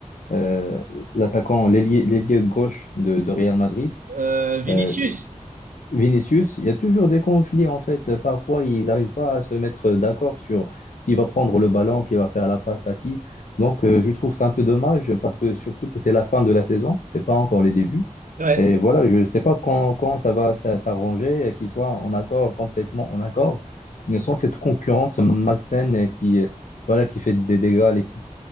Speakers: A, on the left; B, on the right.
A: euh, l'attaquant, l'ailier l'ailier gauche de, de Real Madrid.
B: Euh, Vinicius?
A: Euh, Vinicius, il y a toujours des conflits en fait. Parfois, ils n'arrivent pas à se mettre d'accord sur qui va prendre le ballon, qui va faire la passe à qui. Donc, euh, je trouve ça un peu dommage parce que surtout que c'est la fin de la saison, c'est pas encore les débuts.
B: Ouais.
A: Et voilà, je ne sais pas quand, quand ça va s- s'arranger, euh, qu'ils soient en accord, complètement en accord. Il y a cette concurrence malsaine qui, euh, voilà, qui fait des dégâts à l'équipe.